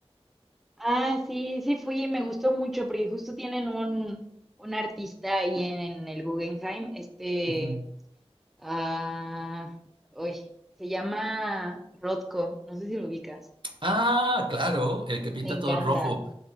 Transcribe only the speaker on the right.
Ujú.
Ah, claro, el que pinta
todo en rojo.